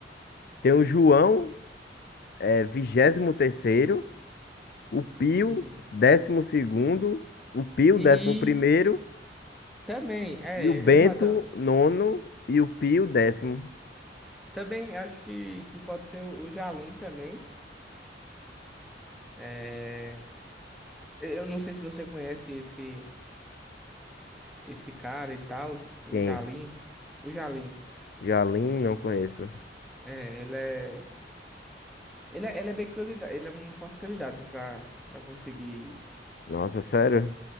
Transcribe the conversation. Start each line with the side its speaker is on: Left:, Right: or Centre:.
Left: tem o João, é, vigésimo terceiro o Pio,
Centre: sim.
Left: décimo segundo o Pio,
Centre: E,
Left: décimo primeiro
Centre: Também, é,
Left: E o Bento,
Centre: exato.
Left: nono, e o Pio, décimo.
Centre: Também acho que, que pode ser o o Jalim também. É, eu não sei se você conhece esse esse cara e tal, o
Left: Quem?
Centre: Jalim. O Jalim,
Left: Jalim, não conheço.
Centre: é, ele é ele é, ele é bem candidato, ele é um forte candidato para para conseguir.
Left: Nossa, sério?